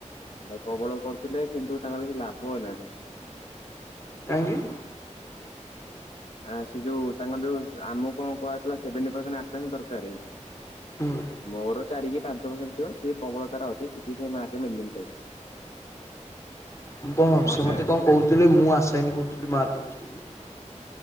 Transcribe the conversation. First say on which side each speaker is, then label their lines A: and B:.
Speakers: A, on the left; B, on the left.
A: ଭାଇ ପ୍ରବଳ ପଢୁଥିଲେ କିନ୍ତୁ ତାଙ୍କର କିଛି ଲାଭ ହେଲନୀ।
B: କାହିଁକି।
A: ଆ ସେ ଯେଉଁ ତାଙ୍କର ଯେଉଁ ଆମକୁ କଣ କୁହଥିଲା ସେଭେଣ୍ଟି ପରସେଣ୍ଟ ଆଟଣ୍ଡ ଦରକାର।
B: ହୁଁ
A: ମୋର ଚାରି କି ପାଞ୍ଚ ପରର୍ସେଣ୍ଟ ଥିବ ସେି ପ୍ରବଳତାର ଅଛି କିଛି ସେ ମାକେ ମିଲିନି।
B: ମୁଁ କଣ
A: ମତେ
B: ସେ ମୋତେ କଣ କହୁଥିଲେ ମୁଁ ଆସନ କରୁଥିଲି ମହାଆତ୍ଷ୍ୀ <unintelligible>